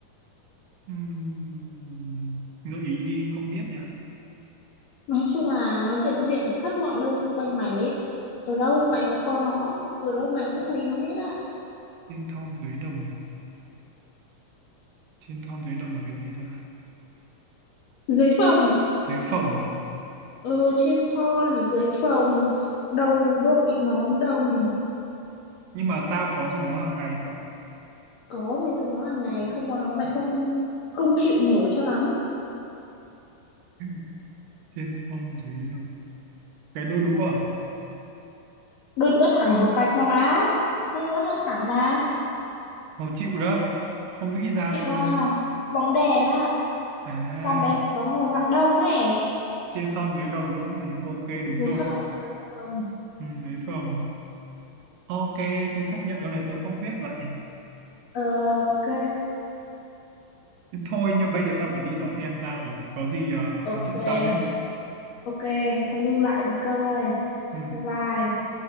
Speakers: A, on the right; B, on the left.
A: Ừm, gợi ý đi, không biết nhỉ
B: nói chung là nó hiện diện ở khắp mọi nơi xung quanh mày ấy. ở đâu mày cũng có nó ở đâu mày cũng thấy nó hết á
A: Trên thon dưới đồng. Trên thon dưới đồng là cái gì ta?
B: dưới phòng
A: Dưới phồng à?
B: ừ trên thon dưới phòng đầu đội nón đồng
A: Nhưng mà tao có dùng nó hàng ngày không?
B: có mày dùng nó hàng ngày không có nó mày không không chịu nổi cho lắm
A: <clears throat> Trên thon dưới đồng. Cái đôi đũa à?
B: đôi đũa thẳng một mạch mà má đôi đũa nó thẳng mà
A: Khó chịu đó. Không nghĩ ra
B: chịu
A: luôn.
B: à bóng đèn á
A: À,
B: bóng đèn bóng đèn dạng đông ấy
A: trên thon dưới đồng đúng không? Ừ, ok, đúng
B: dưới
A: rồi.
B: phòng dưới phòng
A: Ừ, dưới phồng. Ok, tôi chấp nhận cái này tôi không biết vậy.
B: ờ, ok
A: Thôi nhưng bây giờ ta phải đi đón em ta rồi. Có gì ờ,
B: ok
A: nói chuyện sau nhé.
B: ok tao lưu lại một câu đây
A: Ừ.
B: bye bye